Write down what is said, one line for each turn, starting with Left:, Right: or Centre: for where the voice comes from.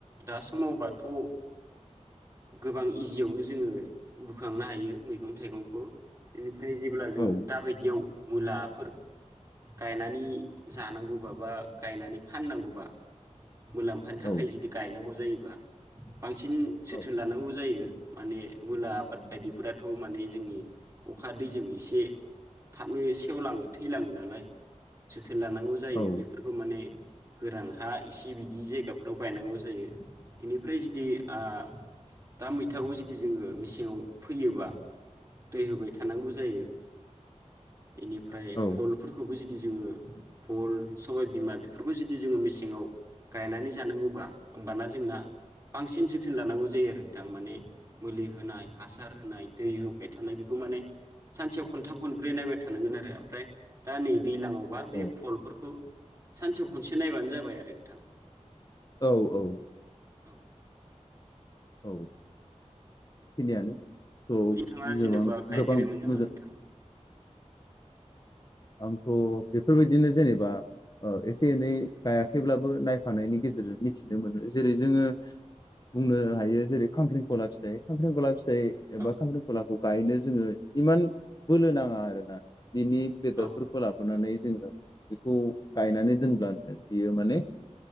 Right: दा समावबाथ' गोबां इजियावनो जोङो बोखांनो हायो मैगं थाइगंखौ ओमफ्राय जेब्ला जोङो
Left: औ
Right: दा बायदियाव मुलाफोर गायनानै जानांगौबा बा गायनानै फाननांगौबा मुलाम्फानि थाखाय
Left: औ
Right: जुदि गायनांगौ जायो बांसिन जोथोन
Left: औ
Right: लानांगौ जायो माने मुला आबाद बायदिफोराथ' माने जोंनि अखा दैजों एसे थाबनो सेवलाङो थैलाङो नालाय जोथोन लानांगौ जायो
Left: औ
Right: बेफोरखौ माने गोरान हा इसे बिदि जायगाफ्राव गायनांगौ जायो इनिफ्राय जुदि आ दा मैथाखौ जुदि जोङो मेसेङाव फोयोबा दै होबाय थानांगौ जायो। इनिफ्राय
Left: औ
Right: फुलफोरखौ बो जि जोङो फल सबाय बिमा बेफोरखौ जुदि जो मेसेङाव गायनानै जानांगौबा होमबाना जोंना बांसिन जोथोन लानांगौ जायो आरो नोंथां माने मुलि होनाय हासार होनाय दै होब बाय थानाय बेखौ माने सानसेयाव खनथाम खनब्रै नायबाय थानांगोन आरो ओमफ्राय दा नै दैलाङावबा बे
Left: औ
Right: फलफोरखौ सानसेआव खनसे नायबानो जाबाय आरो नोंथां।
Left: औ औ।
Right: औ
Left: औ बेखिनियानो। अ
Right: नोंथाङा
Left: <unintelligible>
Right: जेनेबा गायफेरबायमोन
Left: गोबां
Right: नामा
Left: मोजां
Right: नोंथां
Left: आंथ' बेफोरबायदिनो जेनेबा ओ एसे एनै गायाखैब्लाबो नायफानायनि गेजेरजों मिथिनो मोनो जेरै जोङो बुंनो हायो जेरै खांख्रिखला फिथाइ। खांख्रिखला फिथ फिथाइ एबा
Right: औ
Left: खांख्रिखलाखौ गायनो जोङो इमान बोलो नाङा आरो ना बिनि बेदरफोरखौ
Right: औ
Left: लाबोनानै । जोङो बेखौ गायनानै दोनब्लानो बियो माने